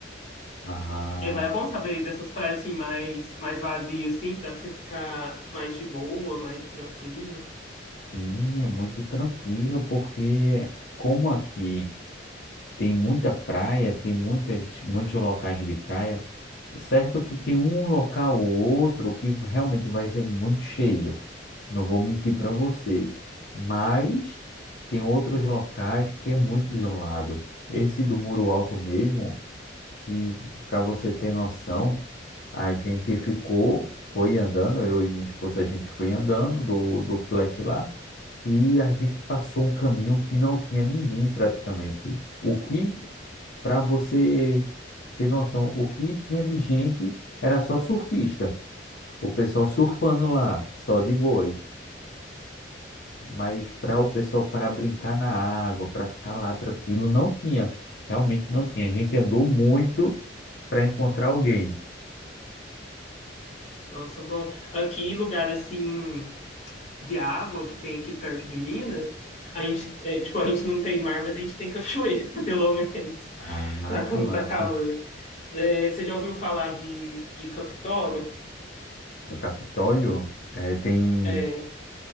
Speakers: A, on the left; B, on the left.
A: Ah.
B: É, vai, é bom saber dessas praias assim mais, mais vazias, assim, que dá pra você ficar mais de boa, mais tranquilo.
A: Sim, é muito tranquila, porque como aqui tem muita praia, tem muitas, muitos locais de praia, certo que tem um local ou outro que realmente vai ser muito cheio, não vou mentir
B: Uhum.
A: para você, mas tem outros locais que é muito isolado. Esse do Muro Alto mesmo, e para você ter noção, a gente ficou, foi andando, eu e minha esposa, a gente foi andando do, do flat lá. E a gente passou um caminho que não tinha ninguém praticamente. O que, para você ter noção, o que tinha de gente era só surfista. O pessoal surfando lá, só de boas. Mas para o pessoal para brincar na água, para ficar lá tranquilo, não tinha. Realmente não tinha. A gente andou muito para encontrar alguém.
B: Nossa, bom. Aqui, lugar assim. de água que tem aqui perto de Minas, a gente, é, tipo, a gente não tem mar, mas a gente tem cachoeira, <laughs> pelo menos,
A: Ah,
B: para
A: que
B: quando
A: massa.
B: tá calor. É, você já ouviu falar de, de Capitólio?
A: No Capitólio, é tem
B: É,